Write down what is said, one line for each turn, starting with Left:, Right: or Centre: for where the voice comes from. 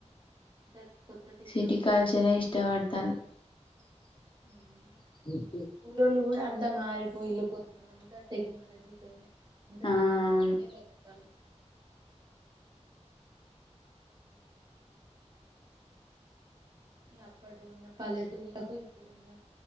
Right: అంత కొత్త టెక్నాలజీతోనే
Left: సిటీ కల్చరే ఇష్టపడతారు <unintelligible>
Right: ఉమ్. ఊరోళ్ళు గూడా అంతా మారిపోయిల్లు కొత్త అంతా టెక్నాలజీ అంతా
Left: ఆ
Right: సిటీ మాదినే
Left: అవును
Right: బతకతాళ్ళు అప్పుడున్న పల్లెటూళ్లకు ఇప్పుడున్న